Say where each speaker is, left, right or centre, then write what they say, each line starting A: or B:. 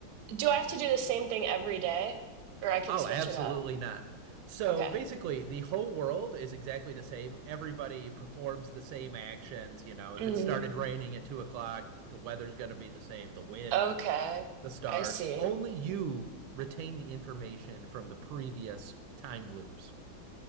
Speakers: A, on the right (about 70°); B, on the right (about 85°).
A: do I have to do the same thing every day or I can
B: Oh,
A: switch
B: absolutely
A: it up?
B: not. So
A: Okay.
B: basically, the whole world is exactly the same. Everybody performs the same actions. You know, if
A: hmm
B: it started raining at two o'clock, the weather's going to be the same, the wind,
A: Okay.
B: the stars.
A: I see.
B: Only you retain the information from the previous time loops.